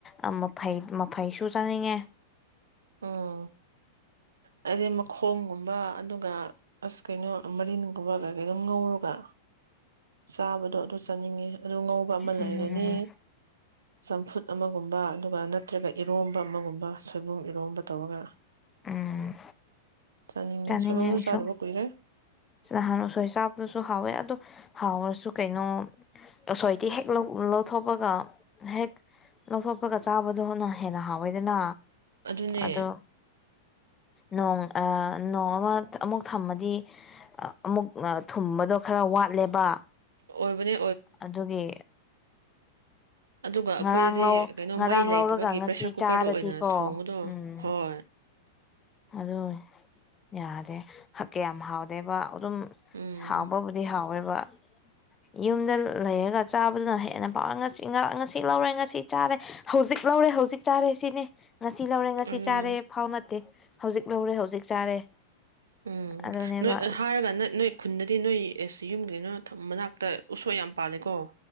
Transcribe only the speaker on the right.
ꯎꯝ ꯑꯩꯗꯤ ꯃꯈꯣꯡꯒꯨꯝ ꯕ ꯑꯗꯨꯒ ꯑꯁ ꯀꯩꯅꯣ ꯃꯔꯤꯟꯒꯨꯝꯕ ꯀꯩꯀꯩ ꯑꯗꯨꯝ ꯉꯧꯔꯒ ꯆꯥꯕꯗꯣ ꯑꯗꯨ ꯆꯥꯅꯤꯡꯉꯤ ꯑꯗꯨ ꯉꯧꯕ ꯑꯃ ꯂꯩꯔꯅꯤ
ꯆꯝꯐꯨꯠ ꯑꯃꯒꯨꯝꯕ ꯑꯗꯨꯒ ꯅꯠꯇ꯭ꯔꯒ ꯏꯔꯣꯝꯕ ꯑꯃꯒꯨꯝꯕ ꯁꯣꯏꯕꯨꯝ ꯏꯔꯣꯝꯕ ꯇꯧꯔꯒ
ꯆꯥꯅꯤꯡꯉꯦ
ꯁꯣꯏꯕꯨꯝꯁꯨ
ꯆꯥꯗꯕ ꯀꯨꯏꯔꯦ
ꯑꯗꯨꯅꯦ
ꯑꯣꯏꯕꯅꯤ
ꯑꯗꯨꯒ ꯑꯩꯈꯣꯏꯗꯗꯤ
ꯀꯩꯅꯣ
ꯃꯩ ꯂꯩꯇꯕꯒꯤ
ꯄ꯭ꯔꯦꯁꯔ ꯀꯨꯀꯔꯗ
ꯑꯣꯏꯅ ꯊꯣꯡꯕꯗꯣ
ꯍꯣꯏ
ꯎꯝ
ꯎꯝ
ꯎꯝ
ꯅꯣꯏ ꯍꯥꯏꯔꯒ ꯅ ꯅꯣꯏ ꯈꯨꯟꯗꯗꯤ ꯅꯣꯏ ꯑꯦꯁ ꯌꯨꯝꯒꯩꯅꯣ ꯃꯅꯥꯛꯇ ꯎꯁꯣꯏ ꯌꯥꯝ ꯄꯥꯜꯂꯦꯀꯣ